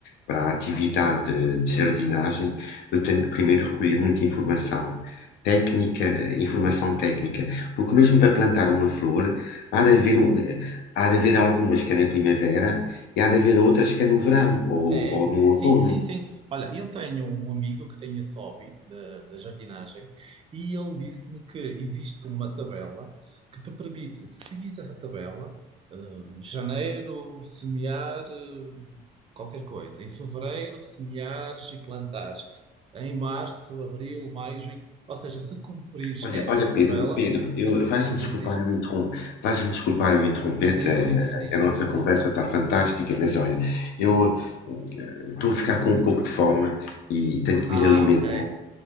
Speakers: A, on the left; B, on the right.
A: para a atividade de jardinagem, eu tenho que primeiro recolher muita informação técnica, eh, informação técnica, porque mesmo para plantar uma flor, há de haver, um- eh, há de haver algumas que é na primavera e há de haver outras que é no verão ou,
B: É,
A: ou no
B: sim,
A: outono.
B: sim, sim. Olha, eu tenho um amigo que tem esse hobby da, da jardinagem e ele disse-me que existe uma tabela que te permite, se seguires essa tabela, eh, janeiro, semear, eh, qualquer coisa. Em fevereiro, semeares e plantares. Em março, abril, maio, junho. Ou seja, se cumprires
A: Olha,
B: essa
A: olha,
B: tabela,
A: Pedro, Pedro, eu vais-me
B: diz,
A: desculpar
B: diz, diz,
A: eu interrom- vais-me desculpar eu interromper-te,
B: diz, diz,
A: a,
B: diz, diz, diz,
A: a nossa
B: diz.
A: conversa está fantástica, mas olha, eu eh, estou a ficar com um pouco de fome e tenho que
B: Ah,
A: me ir alimentar.
B: ok.